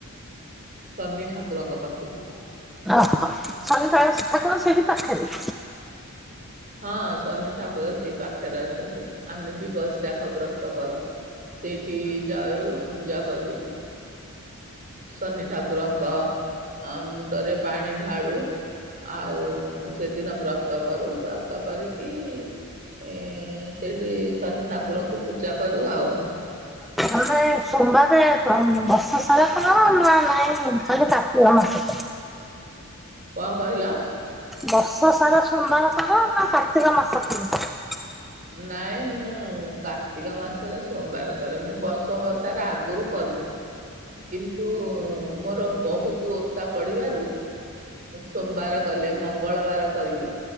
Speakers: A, on the right; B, in the centre.
A: ଶନି ଠାକୁରଙ୍କ ପାଖକୁ
B: ଓ ହୋ। ଆମର ସେଠି ପାଖରେ।
A: ହଁ ଶନି ଠାକୁର ସେଇ ପାଖରେ ଅଛନ୍ତି। ଆମେ ବି ବୈଶାଖ ବ୍ରତ କରୁ। ସେଠି ଯାଉ ପୂଜା କରୁ। ଶନି ଠାକୁରଙ୍କ ମୁଣ୍ଡରେ ପାଣି ଢାଳୁ। ଆଉ ସେଦିନ ବ୍ରତ କରୁ। ବ୍ରତ କରିକି ଏ ସେଇଠି ଶନି ଠାକୁରଙ୍କୁ ପୂଜା କରୁ ଆଉ।
B: <unintelligible> ସୋମବାରେ ବର୍ଷ ସାରା କର ନା ନାଇଁ ଖାଲି କାର୍ତ୍ତିକ ମାସରେ?
A: କଣ କହିଲ?
B: ବର୍ଷ ସାରା ସୋମବାର କର ନା କାର୍ତ୍ତିକ ମାସ ଖାଲି?
A: ନାଇଁ ମୁଁ କାର୍ତ୍ତିକ ମାସରେ ସୋମବାର କରେ। ମୁଁ ବର୍ଷ ସାରା ଆଗରୁ କ କିନ୍ତୁ ମୋର ବହୁତ ଓଷା ପଡିବାରୁ ସୋମବାର କଲେ ମଙ୍ଗଳବାର କରିବି।